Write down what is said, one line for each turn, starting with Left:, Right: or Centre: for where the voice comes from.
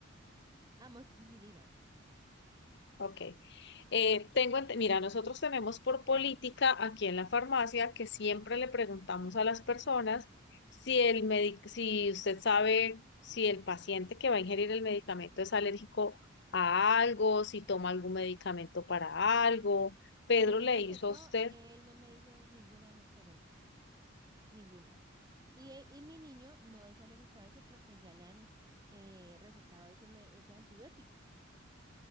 Right: Amoxicilina.
Left: Ok. Eh, tengo, ent- mira, nosotros tenemos por política aquí en la farmacia que siempre le preguntamos a las personas si el medi- si usted sabe si el paciente que va a ingerir el medicamento es alérgico a algo, si toma algún medicamento para algo. Pedro
Right: Primero
Left: le hizo
Right: que todo,
Left: a usted,
Right: él no me hizo ninguna de esas preguntas. Ninguna. Y, e- y mi niño no es alérgico a eso porque ya le han eh, recetado ese, me- ese antibiótico.